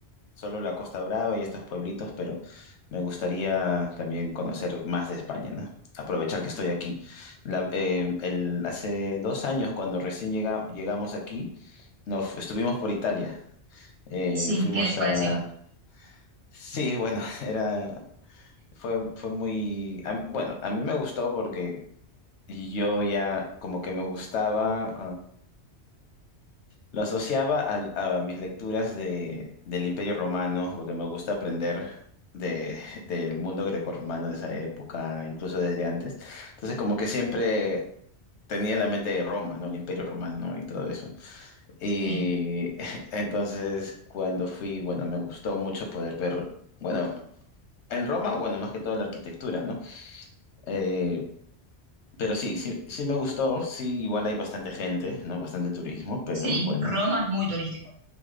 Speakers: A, on the left; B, on the right.
A: solo la Costa Brava y estos pueblitos, pero me gustaría también conocer más de España, ¿no? Aprovechar que estoy aquí. La- eh, el- hace dos años, cuando recién llega- llegamos aquí, nos fu- estuvimos por Italia. Eh,
B: sí,
A: fuimos
B: ¿qué les pareció?
A: a... Sí, bueno, <laughs> era... Fue, fue muy... a- bueno, a mí me gustó porque yo ya como que me gustaba... Lo asociaba al- a, mis lecturas de, del Imperio Romano, porque me gusta aprender de, del mundo grecorromano de esa época, incluso desde antes. Entonces, como que siempre tenía la mente de Roma, ¿no? El Imperio Romano y todo eso. Y
B: Sí,
A: <laughs> entonces, cuando fui, bueno, me gustó mucho poder ver, bueno, en Roma, bueno, más que todo la arquitectura, ¿no? Eh, pero sí, sí, sí me gustó, sí, igual hay bastante gente, ¿no? Bastante turismo, pero
B: sí,
A: bueno.
B: Roma es muy turístico.